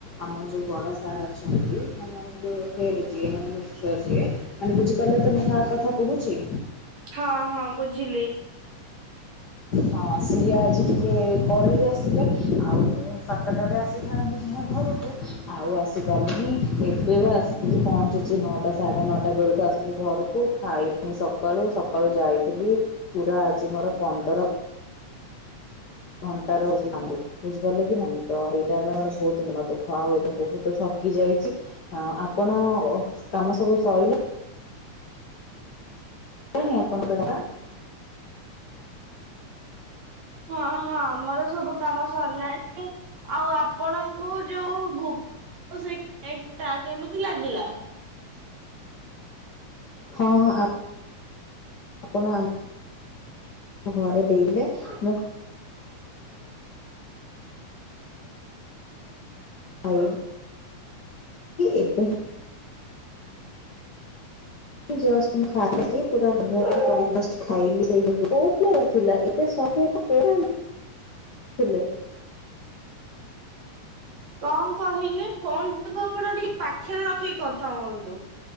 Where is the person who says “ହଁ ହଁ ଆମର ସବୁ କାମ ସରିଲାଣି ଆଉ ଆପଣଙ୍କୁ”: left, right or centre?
Right